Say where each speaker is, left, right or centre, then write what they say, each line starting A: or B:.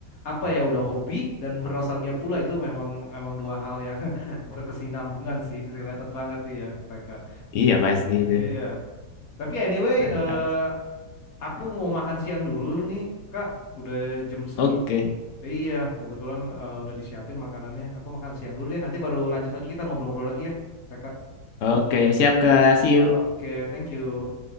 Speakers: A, on the left (about 50°); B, on the left (about 75°).
A: apa ya udah hobi dan bernostalgia pula itu memang emang dua hal yang <laughs> berkesinambungan sih, related banget iya, mereka.
B: Iya pasti itu.
A: Iya. Tapi anyway,
B: Mantap.
A: eh aku mau makan siang dulu nih, Kak. Udah jam segini
B: Oke.
A: nih. Iya, kebetulan eh, udah disiapin makanannya. Aku makan siang dulu deh. Nanti baru lanjut lagi kita ngobrol-ngobrol lagi ya, Kak.
B: Oke, siap Kak. See
A: Oke,
B: you.
A: thank you.